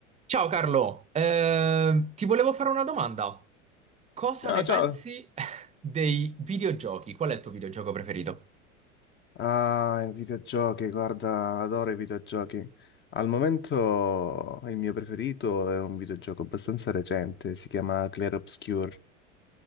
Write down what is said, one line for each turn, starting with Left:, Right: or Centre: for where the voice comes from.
Right: Ciao Carlo, Eh, ti volevo fare una domanda. Cosa
Left: Ciao,
Right: ne
Left: ciao.
Right: pensi <laughs> dei videogiochi? Qual è il tuo videogioco preferito?
Left: Ah, i videogiochi, guarda, adoro i videogiochi. Al momento il mio preferito è un videogioco abbastanza recente, si chiama Clair Obscur.